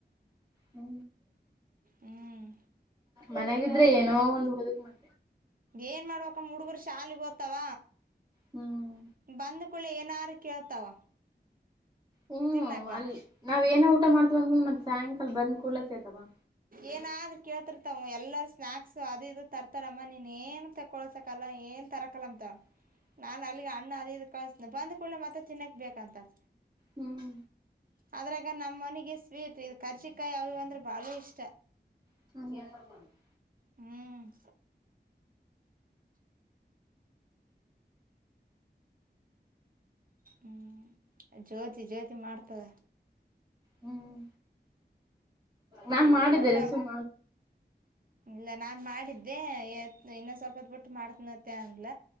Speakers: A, on the right; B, on the right.
A: ಹ್ಮ.
B: ಹ್ಮ್
A: ಮನೇಗಿದ್ರ ಏನೋ ಒಂದ್ ಬದುಕ್ ಮಾಡ
B: ಏನ್ ಮಾಡ್ಬೇಕ ಮೂಡುಗರು ಶಾಲಿಗಿ ಹೋತವ.
A: ಹ್ಮ್
B: ಬಂದ್ ಕೊಡ್ಲೆ ಏನಾರು ಕೇಳ್ತಾವ.
A: ಹ್ಮ್
B: ತಿನ್ನಕ
A: ಅಲ್ಲಿ ನಾವ ಏನೆ ಊಟ ಮಾಡ್ತೀವಿ ಅಂದ್ರ ಸಾಯಂಕಾಲ ಬಂದ ಕೂಡ್ಲೆ ಕೇಳ್ತವ.
B: ಏನಾದ್ರರು ಕೇಳ್ತಿರ್ತಾವ ಎಲ್ಲಾರ ಸ್ನಾಕ್ಸ್ ಅದು ಇದು ತರ್ತಾರಮ್ಮ. ನೀನ್ ಏನ್ ತ್ ಕೊಳ್ಸಕಲ್ಲ ಏನ್ ತರಕಲ್ಲ ಅಂತ.
A: <inaudible>
B: ನಾನ್ ಅಲ್ಲಿಗೆ ಅಣ್ಣ ಅದ ಇದ ಕಳ್ಸತ್ನಿ ಬಂದ್ ಕೂಡ್ಲೆ ಮತ್ತೆ ತಿನ್ನಕ್ ಬೇಕಂತಾರ.
A: ಹ್ಮ್.
B: ಅದ್ರಾಗ ನಮ್ಮ ಮನಿಗಿ ಸ್ವೀಟ್ ಇದ್ ಕರ್ಚಿಕಾಯಿ ಅವುಇವ್ ಅಂದ್ರ ಬಾರಿ ಇಷ್ಟ.
A: <inaudible>
B: ಹ್ಮ್. ಹ್ಮ್ ಜ್ಯೋತಿ ಜ್ಯೋತಿ ಮಾಡ್ತದ.
A: ಹ್ಮ್ ನಾನ್ ಮಾಡಿದ್ದೇನೆ
B: ಊಟ
A: ಸುಮ
B: ಇಲ್ಲ ನಾನ್ ಮಾಡಿದ್ದೆ ಎ ಇನ್ನೊಂದ್ ಸ್ವಲ್ಪದ ಬಿಟ್ಟು ಮಾಡ್ತನತ್ತ ಅನ್ಲ